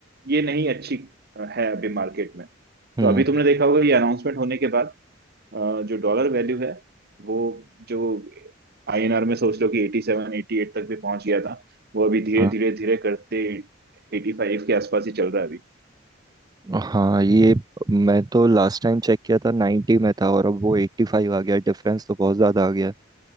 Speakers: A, on the right (about 55°); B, on the right (about 20°).
A: ये नहीं अच्छी अ, है अभी मार्केट में
B: हम्म
A: तो अभी तुमने देखा होगा ये अनाउंसमेंट होने के बाद अ, जो डॉलर वैल्यू है वो जो आईएनआर में सोच लो कि 87 88 तक भी पहुंच गया था वो अभी धीरे
B: हाँ
A: धीरे धीरे करते 85 के आसपास ही चल रहा है अभी
B: हाँ ये मैं तो लास्ट टाइम चेक किया था 90 में था और अब वो 85 आ गया डिफरेंस तो बहुत ज़्यादा आ गया है